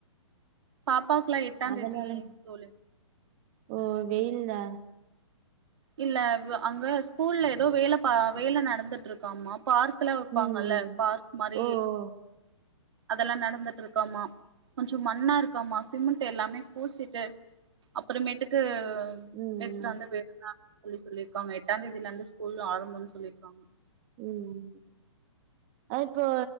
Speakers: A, on the right; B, on the right.
A: பாப்பாவுக்கு எல்லா எட்டாந்தேதி
B: அதனால
A: தோழி
B: ஓ வெயில்ல
A: இல்ல வ அங்க ஸ்கூல்ல எதோ வேல ப வேல நடந்துட்ருக்காம பார்க் லா வெப்பாங்க
B: ம்
A: இல்ல
B: ம்
A: பார்க் மாரி
B: ஓ ஓ
A: அதெல்லா நடந்துட்ருக்காமா கொஞ்ச மண்ணா இருக்காமா சிமெண்ட் எல்லாமே பூசிட்டு அப்புறமேட்டுக்கு ம்
B: ம்
A: எடுத்துட்டு வந்து பேசுங்க சொல்லி சொல்லிருக்காங்க எட்டாந் தேதில இருந்து ஸ்கூல் ஆரம்பம் சொல்லிருக்காங்க
B: ம் அ இப்போ